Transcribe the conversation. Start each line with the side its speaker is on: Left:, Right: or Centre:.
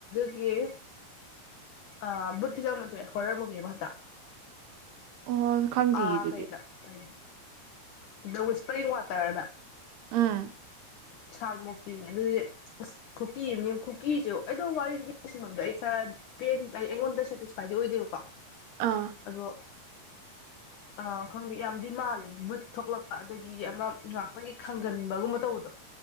Left: ꯌꯦ ꯑ ꯕꯨꯠ ꯐꯤꯂꯝ ꯑꯃ ꯊꯣꯀ ꯑꯦ ꯍꯣꯔꯔ ꯃꯨꯚꯤ ꯑꯃ ꯍꯟꯇꯛ
Right: ꯑꯣ ꯈꯪꯗꯤꯌꯦ
Left: ꯑꯥ
Right: ꯑꯗꯨꯗꯤ
Left: ꯀꯩꯗ ꯀ ꯗ ꯋꯤꯁꯄ꯭ꯔꯤꯡ ꯋꯥꯇꯔꯅ
Right: ꯎꯝ
Left: ꯁꯥꯔ ꯃꯣꯛꯆꯤꯅꯦ ꯑꯗꯨꯗꯤ ꯑꯁ ꯈꯨꯀꯤ ꯑꯃꯅꯦ ꯈꯨꯀꯤꯖꯨ ꯑꯩꯗꯣ ꯋꯥꯔꯤꯗꯨꯗꯤ <unintelligible> ꯑꯩ ꯈꯔ ꯄꯦꯟ ꯑꯩꯉꯣꯟꯗ ꯁꯦꯇꯤꯁꯐꯥꯏꯗꯤ ꯑꯣꯏꯗꯦꯕꯀꯣ
Right: ꯑꯥ
Left: ꯑꯗꯣ ꯑꯥ ꯈꯪꯗꯦ ꯌꯥꯝꯗꯤ ꯃꯥꯂꯦ ꯕꯨꯠ ꯊꯣꯛꯂꯛꯄ ꯑꯗꯒꯤ ꯑꯃ ꯉꯥꯛꯇꯒꯤ ꯈꯪꯒꯟꯕꯒꯨꯝꯕ ꯇꯧꯕꯗꯣ